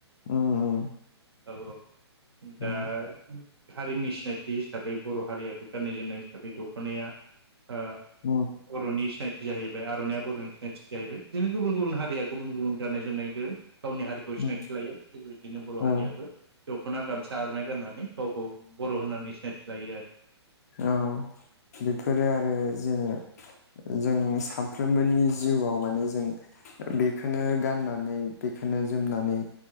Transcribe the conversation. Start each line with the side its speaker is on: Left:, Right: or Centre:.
Left: उम उम
Right: औ औ दा
Left: औ
Right: हारिनि सिनायथि हिसाबै बर' हारियाबो गाननाय जोमनाय हिसाबै दखनाया ओ
Left: उम
Right: बर'नि सिनाय थि जाहैबाय आर'नाइया बर'नि सिनायथि जाहैबाय। बिदिनो गुबुन गुबुन हारिया गुबुन गुबुन गाननाय जोमनायखो गावनि हारिखौ सिनायथि
Left: उम
Right: लायो। थिग बिदिनो बर' हारियाबो
Left: औ
Right: दखना गामसा आरनाइ गाननानै गावखौ बर' होननानै सिनायथि लायो आरो।
Left: औ बेफोरो आरो जोङो जों साफ्रोमबोनि जिउआव माने जों बेखौनो गाननानै बेखौनो जोमनानै